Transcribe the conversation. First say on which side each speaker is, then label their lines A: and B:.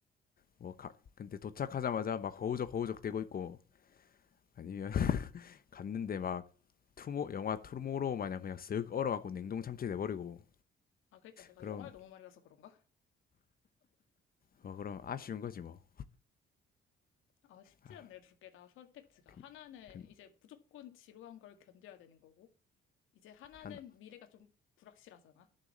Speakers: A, on the left; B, on the left.
A: 뭐, 가, 근데 도착하자마자 막 허우적 허우적 대고 있고 아니면 <laughs> 갔는데 막 투모, 영화 투모로우 마냥 그냥 쓱 얼어갖고 냉동 참치 돼버리고
B: 아, 그러니까 내가
A: 그럼,
B: 영화를 너무 많이 봐서 그런가?
A: 뭐, 그럼 아쉬운 거지 뭐.
B: 아, 쉽지
A: 아...
B: 않네, 두 개다 선택지가.
A: 근,
B: 하나는
A: 근,
B: 이제 무조건 지루한 걸 견뎌야 되는 거고, 이제 하나는
A: 한,
B: 미래가 좀 불확실하잖아.